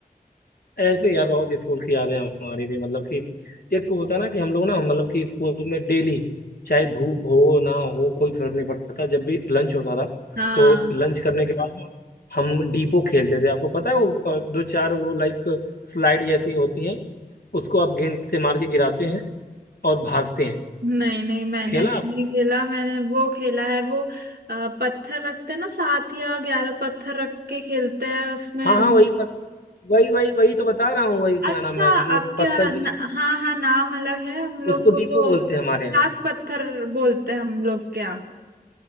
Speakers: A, on the left; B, on the right.
A: ऐसे यार बहुत स्कूल की यादें हैं हमारी भी मतलब कि एक तो होता ना कि हम लोग ना मतलब कि स्कूल में डेली चाहे धूप हो ना हो कोई फर्क नहीं पड़ता जब भी लंच होता था
B: हाँ
A: तो लंच करने के बाद ना हम डीपो खेलते थे आपको पता है वो अ, दो चार वो लाइक स्लाइड जैसी होती हैं उसको आप गेंद से मार के गिराते हैं और भागते हैं
B: नहीं नहीं मैंने
A: खेला
B: नहीं
A: आपने
B: खेला मैंने वो खेला है वो अ, पत्थर रखते हैं ना सात या ग्यारह पत्थर रख के खेलते हैं उसमें
A: हाँ हाँ वही पत, वही वही वही तो बता रहा हूँ वही क्या
B: अच्छा
A: नाम है वो
B: आपके
A: पत्थर
B: यहाँ न,
A: की
B: हाँ हाँ नाम अलग है हम लोग
A: उसको
B: को
A: डीपो
B: तो
A: बोलते हैं हमारे यहाँ
B: सात पत्थर बोलते हैं हम लोग के यहाँ